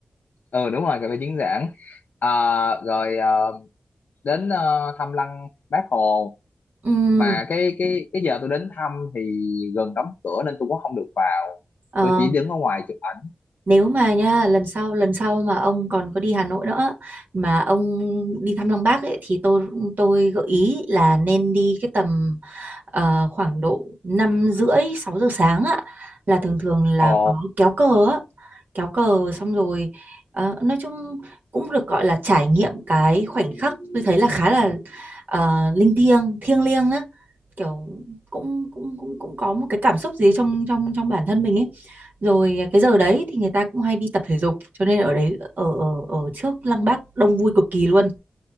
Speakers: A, on the left; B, on the right.
A: ừ đúng rồi cà phê chứng giảng à, rồi ờ, đến ờ, thăm lăng Bác Hồ
B: Ừm,
A: mà cái cái cái giờ tôi đến thăm thì gần đóng cửa nên tôi cũng không được vào
B: ờ,
A: tôi chỉ đứng ở ngoài chụp ảnh
B: nếu mà nha lần sau lần sau mà ông còn có đi Hà Nội nữa mà ông đi thăm Lăng Bác ấy, thì tôi tôi gợi ý là nên đi cái tầm ờ, khoảng độ năm rưỡi sáu giờ sáng á là thường thường là
A: ồ
B: có kéo cờ á kéo cờ xong rồi ờ, nói chung cũng được gọi là trải nghiệm cái khoảnh khắc tôi thấy là khá là ờ, linh thiêng thiêng liêng á kiểu cũng cũng cũng cũng có một cái cảm xúc gì trong trong trong bản thân mình ấy rồi à, cái giờ đấy thì người ta cũng hay đi tập thể dục cho nên ở đấy ở ở ở trước Lăng Bác đông vui cực kỳ luôn